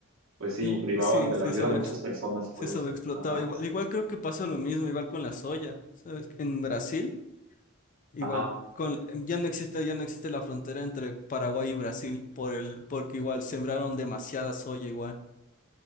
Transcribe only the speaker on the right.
pues sí,
privaban
de
la vida
a muchas personas
por
eso. Ajá,
ajá.